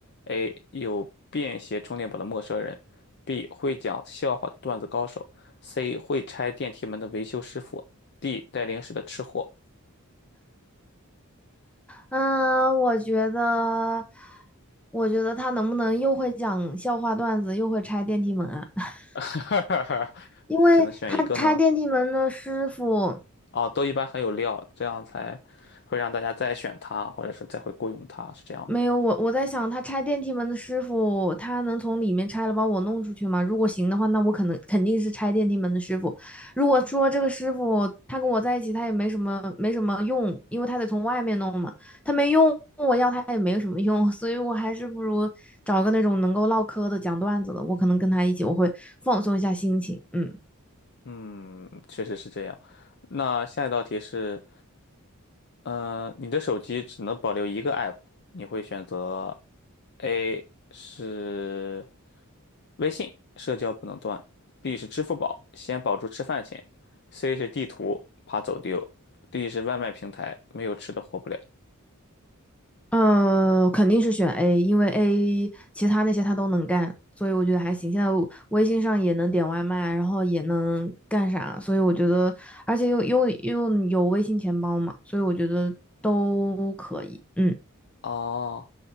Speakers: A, on the left; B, in the centre.
A: ：A 有便携充电宝的陌生人；B 会讲笑话的段子高手；C 会拆电梯门的维修师傅；D 带零食的吃货。
B: 嗯，我觉得，我觉得他能不能又会讲笑话段子，又会拆电梯门啊？<laughs>
A: <laughs>
B: 因为他拆电梯门的师傅。
A: 只能选一个呢？哦，都一般很有料，这样才会让大家再选它，或者说再会雇佣它，是这样吗？
B: 没有，我我在想，他拆电梯门的师傅，他能从里面拆了把我弄出去吗？如果行的话，那我可能肯定是拆电梯门的师傅。如果说这个师傅他跟我在一起，他也没什么没什么用，因为他得从外面弄嘛，他没用，我要他也没有什么用，所以我还是不如找个那种能够唠嗑的、讲段子的，我可能跟他一起，我会放松一下心情。嗯，
A: 嗯，确实是这样。那下一道题是，嗯、你的手机只能保留一个 app，你会选择 A 是微信，社交不能断；B 是支付宝，先保住吃饭钱；C 是地图，怕走丢；D 是外卖平台，没有吃的活不了。
B: 嗯，肯定是选 A，因为 A 其他那些他都能干，所以我觉得还行。现在我微信上也能点外卖，然后也能干啥，所以我觉得，而且又又又有微信钱包嘛，所以我觉得都可以。嗯，
A: 哦，